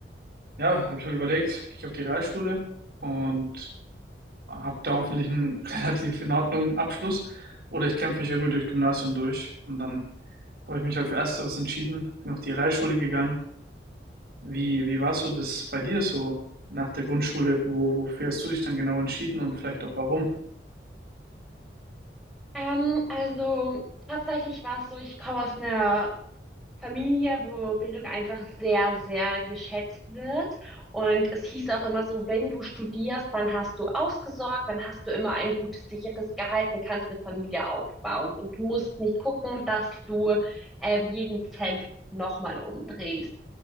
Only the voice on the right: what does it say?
ja, habe ich mir überlegt, gehe ich auf die Realschule und habe da hoffentlich einen <laughs> relativ in Ordnung Abschluss. Oder ich kämpfe mich irgendwie durch Gymnasium durch. Und dann habe ich mich halt für Ersteres entschieden, bin auf die Realschule gegangen Wie, wie war so das bei dir so nach der Grundschule? Wo, wofür hast du dich dann genau entschieden und vielleicht auch warum?